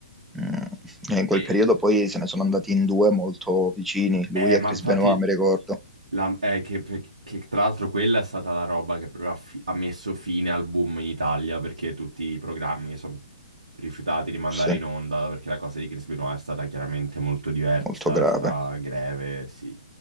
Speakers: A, in the centre; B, on the right.
A: Mm. E in
B: E
A: quel periodo poi se ne sono andati in due molto vicini, lui
B: Eh,
A: e
B: ma
A: Chris
B: infatti,
A: Benoit, mi ricordo.
B: la- eh, che, che tra l'altro quella è stata la roba che proprio ha, fi- ha messo fine al boom in Italia perché tutti i programmi sono rifiutati di mandare
A: Sì,
B: in onda perché la cosa di Chris Benoit è stata chiaramente molto diversa,
A: molto grave.
B: è stata greve, sì.